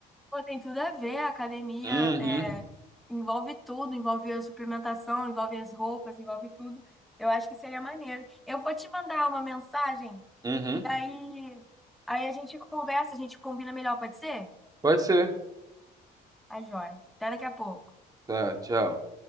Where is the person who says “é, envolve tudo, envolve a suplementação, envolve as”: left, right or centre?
Centre